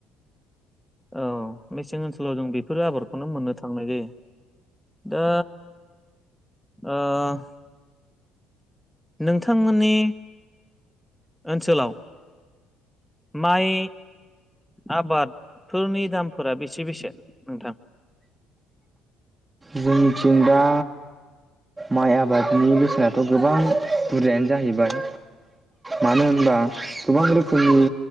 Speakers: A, in the centre; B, on the right (about 20°).
A: औ मेसें ओनसोलाव जों बेफोर आबादखौनो मोननो थांनाय जायो दा ओह नोंथांमोननि ओनसोलाव माइ आबादफोरनि दामफोरा बेसे बेसे नोंथां
B: जोंनिथिं दा माइ आबादनि बेसेनाथ' गोबां बुरजायानो जाहैबाय मानो होनबा गोबां रोखोमनि